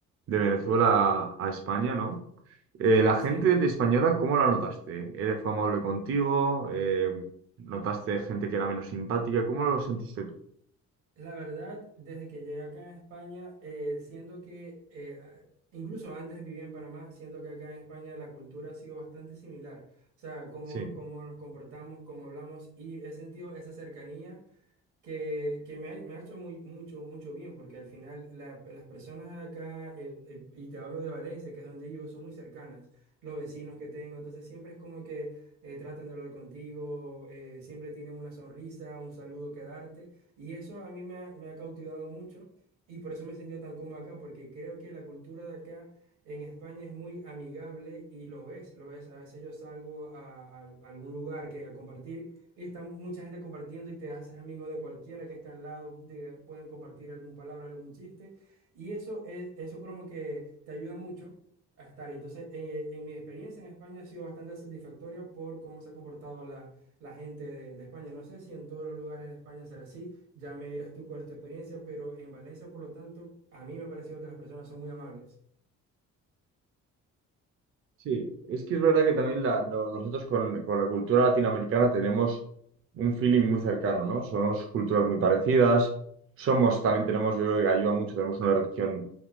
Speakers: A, on the right; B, on the right.
A: de Venezuela a España, ¿no? Eh, la gente
B: Sí, eh,
A: de española, ¿cómo la notaste? ¿Eres- ¿Fue amable contigo? Eh, ¿notaste gente que era menos simpática? ¿Cómo lo sentiste tú?
B: La verdad, desde que llegué acá a España, eh, siento que, eh, a- incluso antes vivía en Panamá, siento que acá en España la cultura ha sido bastante similar. O sea, cómo,
A: Sí.
B: cómo nos comportamos, cómo hablamos, y he sentido esa cercanía que, que me ha, me ha hecho muy, mucho, mucho bien, porque al final la- las personas acá, eh, eh, y te hablo de Valencia, que es donde vivo, son muy cercanas, los vecinos que tengo, entonces siempre es como que eh, tratan de hablar contigo, eh, siempre tienen una sonrisa, un saludo que darte, y eso a mí me, ha me ha cautivado mucho, y por eso me he sentido tan cómodo acá, porque creo que la cultura de acá en España es muy amigable y lo ves, lo ves, a veces yo salgo a a- a algún lugar que a compartir. Y está mucha gente compartiendo y te haces amigo de cualquiera que está al lado, de- pueden compartir alguna palabra, algún chiste. Y eso es, eso como que te ayuda mucho a estar. ahí. Entonces, eh, en mi experiencia en España ha sido bastante satisfactoria por cómo se ha comportado la, la gente de, de España. No sé si en todos los lugares de España será así, ya me dirás tú cuál es tu experiencia, pero en Valencia, por lo tanto, a mí me ha parecido que las personas son muy amables.
A: Sí, es que es verdad que también la- no- nosotros con, con la cultura latinoamericana tenemos un feeling muy cercano, ¿no? Somos culturas muy parecidas, somos, también tenemos, yo creo que ayuda mucho, tenemos una religión